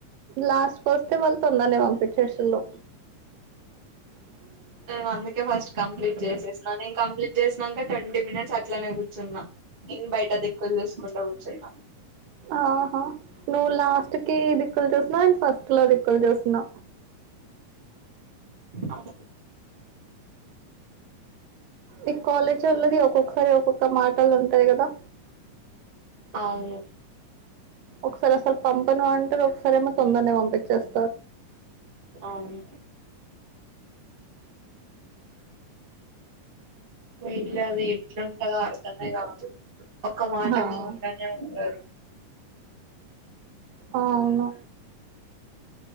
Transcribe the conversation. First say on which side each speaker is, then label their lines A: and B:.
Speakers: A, on the right; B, on the right.
A: లాస్ట్ కు వస్తే వాళ్ తొందరనే పంపించేసిల్లు. అ
B: నేను అందుకే ఫస్ట్ కంప్లీట్ చేసేసిన. నేను కంప్లీట్ చేసినంక ట్వంటీ మినిట్స్ అట్లనే కూర్చున్న. నెన్ బయట దిక్కులు చూసుకుంట కూర్చున్న.
A: ఆహా, నువ్వు లాస్ట్ కి దిక్కులు చూసిన. నేన్ ఫస్ట్ లో దిక్కులు చూసిన.
B: అవునా
A: ఈ కాలేజోల్లది, ఒక్కొక్కసారి ఒక్కొక్క మాటలు ఉంటాయి కదా!
B: అవును.
A: ఒకసారి అసలు పంపను అంటారు, ఒకసారి ఏమో తొందరనే పంపించేస్తారు.
B: అవును మేబి అవి ఎట్లుంటాయో అర్థమే కాదు. ఒక్క మాట
A: ఆ!
B: మీద ఉండనే ఉండరు.
A: అవున